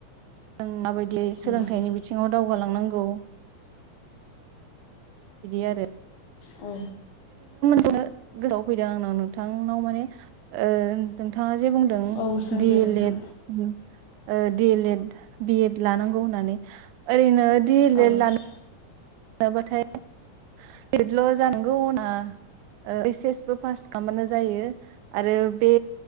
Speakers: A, on the right; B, on the left.
A: जों माबायदियै सोलोंथाइनि
B: नोंथां
A: बिथिं दावगालांनांगौ बिदि आरो
B: औ
A: से गोसोव फैदों आंनाव नोंथांनाव माने ओ नोंथाङा जे बुंदों
B: औ सोंदे
A: दि एल
B: नोंथां
A: एड ओ D L Ed B Ed लानांगौ होननानै ओरैनो दि एल
B: औ अ
A: एड लानो मोनाबाथाय दि एल एडल' जानांगौ ना एस एसबो पास खालामबानो जायो आरो बे